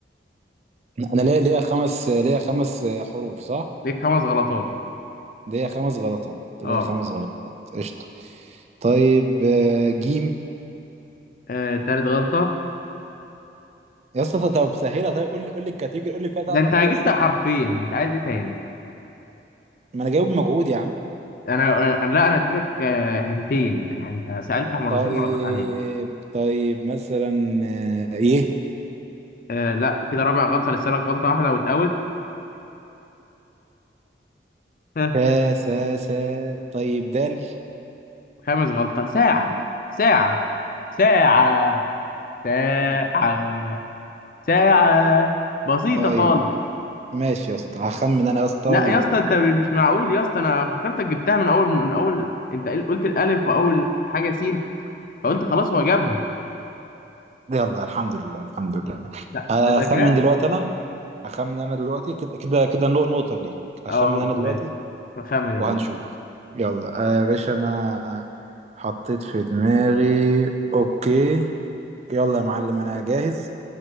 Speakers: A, on the right (about 35°); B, on the left (about 50°).
A: انا ليا ليا خمس ليا خمس حروف صح
B: ليك خمس غلطات
A: ليا خمس غلطات ليا
B: اه
A: خمس غلطات قشطه طيب آه جيم
B: آه، تالت غلطة
A: يا اسطى طب سهلها طيب قول لي قول لي الكاتيجوري قول لي فيها بتاعته
B: ده انت جبت
A: ايه يا اسطى
B: حرفين انت عايز ايه تاني
A: ما انا جايب مجهود يا عم
B: انا انا لا انا اديتك آه، هنتين يعني انت سألت مرتين
A: طيب
B: ما ردت عليك
A: طيب مثلا آه، ي
B: آه لا كده رابع غلطة لسه لك غلطة واحدة وتقوت ها
A: سا سا سا طيب دال
B: خامس غلطة ساعة ساعة ساعة ساعة
A: آه،
B: ساعة بسيطة
A: طيب
B: خالص
A: ماشي يا اسطى هخمن انا يا اسطى
B: لا
A: و...
B: يا اسطى انت مش معقول يا اسطى انا فكرتك جبتها من اول من اول انت قلت الالف واول حاجة سين فقلت خلاص هو جابها
A: يلا الحمد لله الحمد لله
B: لا
A: هخمن
B: ده ذكاء
A: دلوقتي انا هخمن انا دلوقتي كده كده كده نو- نقطة ليك هخمن
B: اه نقطة
A: انا دلوقتي
B: ليه نخمن يا
A: وهنشوف
B: باشا
A: يلا آه، يا باشا انا حطيت في دماغي اوكي يلا يا معلم انا جاهز